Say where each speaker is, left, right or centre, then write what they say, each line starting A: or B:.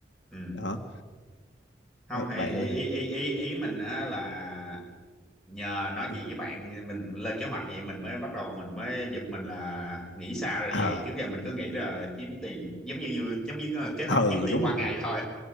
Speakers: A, in the centre; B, on the left.
A: ừm.
B: đó
A: Không
B: Ờ,
A: hay
B: bạn
A: ý ý ý ý, ý mình á là nhờ nói
B: ừ.
A: chuyện với bạn mình lên kế hoạch vậy mình mới bắt đầu mình mới giật mình là nghĩ xa ra
B: à,
A: vậy trước giờ mình cứ nghĩ là kiếm tiền giống như như- giống như cái kế hoạch
B: ừ
A: kiếm tiền
B: đúng
A: qua ngày
B: rồi
A: thôi